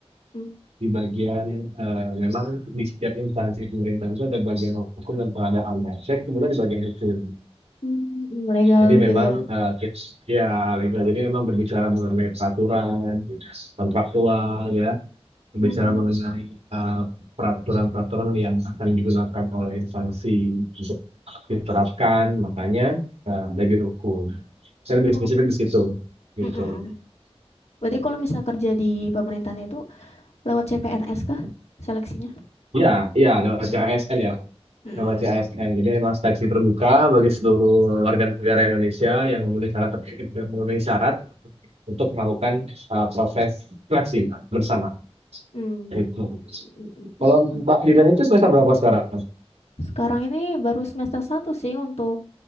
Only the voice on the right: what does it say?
di bagian eh, memang di setiap instansi pemerintahan itu ada bagian hukum dan pengadaannya. Saya kebetulan di bagian hukum.
Jadi memang
eh, kids ya legal. Jadi memang berbicara mengenai peraturan, kontraktual ya, berbicara
mengenai eh, peraturan-peraturan yang akan digunakan oleh instansi untuk diterapkan, makanya eh, lebih hukum. Saya lebih
spesifik di situ, gitu.
Ya, ya lewat
CASN ya,
lewat CASN. Jadi memang seleksi terbuka bagi seluruh warga negara Indonesia yang memenuhi syarat, memenuhi syarat untuk melakukan eh, proses seleksi bersama.
Gitu.
Kalau
Mbak Dilan itu semester berapa sekarang?